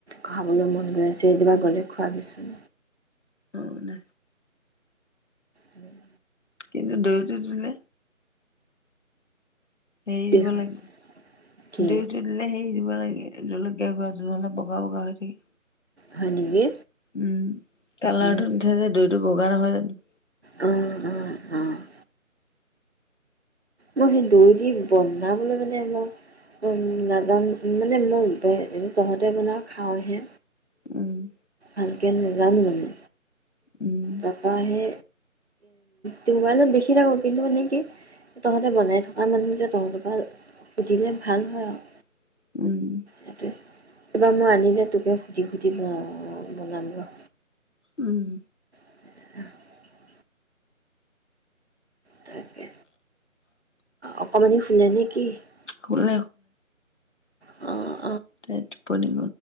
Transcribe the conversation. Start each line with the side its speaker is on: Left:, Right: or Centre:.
Right: খাবলৈ মন গৈ আছে সেইদিনা গ'লে খোৱাবিচুন।
Left: মানে
Right: উম',
Left: কিন্ত দৈটো দিলে। হেৰি
Right: কি
Left: দিব
Right: হয়
Left: লাগে
Right: কি
Left: দৈটো দিলে সেৰি দিব লাগে। এহ জলকীয়া গুড়া যুলত অলপ বগা- বগা হৈ থাকে।
Right: হয় নেকি?
Left: উম', কালাৰটো
Right: উম,
Left: উথে যে দৈটো বগা। লগ নহয় জানো।
Right: উম', - উম', - উম', মই সেই দৈ দি বন। বনাবলৈ মানে মই নাজানো মানে মই তহঁতে বনাওঁ খাওঁহে।
Left: উম',
Right: ভালকে নেযামি মানে।
Left: উম,
Right: তকাহে টউবাইলত দেখি থাকোঁ কিন্তু মানে কি তহঁতে বনাই থকা মানুহ যে তহঁতৰ পৰা সুধিলে ভাল হয় আৰু
Left: উম
Right: সেইটোৱে এইবাৰ মই আনিলে তোকে সুধি সুধি বনাম ৰ
Left: উম
Right: <inaudible> তাকে অকমানি নান কি <unintelligible>
Left: শ শুল
Right: অ
Left: সট প নি